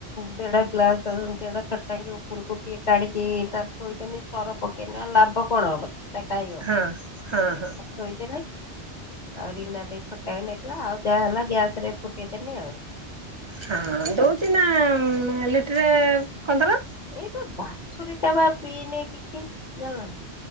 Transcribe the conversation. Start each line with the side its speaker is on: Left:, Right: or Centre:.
Left: ଦେଢ ଗ୍ଲାସ୍ ଦେଢ ଚଟାଙ୍ଗି ଉପରକୁ ଟିକେ କାଡ଼ି ଟିକିଏ ତାର ଥୋଇଦେଲି ସର ପକେଇଲେ ଆଉ ଲାଭ କଣ ହବସେଟା ଖାଇବ
Right: ହଁ ହଁ ହଁ
Left: ଥୋଇଦେଲି ଆଉ ରୀନା ଦେଇ ଛଟାଙ୍ଗେ ନେଇଥିଲା ଆଉ ଯାହା ହେଲା ଗ୍ୟାସରେ ଫୁଟେଇଦେନି ଆଉ‌
Right: ହଁ ଦଉଚିନା ଲିଟେରେ କନ୍ତର?
Left: ଏଇପା ବାଛୁରୀଟାବା ପିଇନି କିଛି ଜାଣିଲନା।